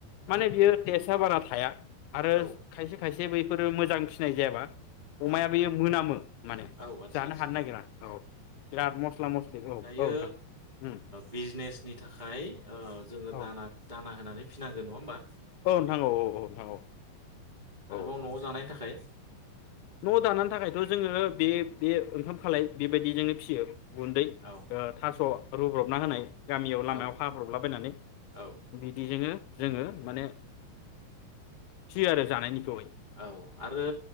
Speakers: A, on the right; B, on the left.
A: औ
B: माने बियो तसा बार थाया आरो
A: औ
B: खायसे खायसे एसे बैफोर मोजां फिसिनाय जायाबा अमाया
A: औ
B: बेयो मोनामो माने
A: औ आदसा
B: जानो
A: आदसा
B: हानो
A: नोंथां
B: नागिरा औ बिराद मस्ला मस्लि
A: बियो
B: औ नोंथां उम
A: बिजनेसनि थाखाय जोङो
B: औ
A: दा दाना होनानै फिनांगोन नङा होमबा?
B: औ नोंथां औ औ नोंथां औ
A: आरोबाव
B: औ
A: न'आव जानायनि
B: औ
A: थाखाय
B: न' जानो थाखायथ' जोङो बे बे ओंखाम खालाय बेबायदि जोनो फिसियो गुन्दै
A: औ
B: ओ थास' रुब्रबना होनाय गामियाव
A: औ
B: लामायाव हाब्रबला बायनानै
A: औ
B: बिदिजोंङो जोङो माने फियो आरो जानाय <unintelligible>
A: औ आरो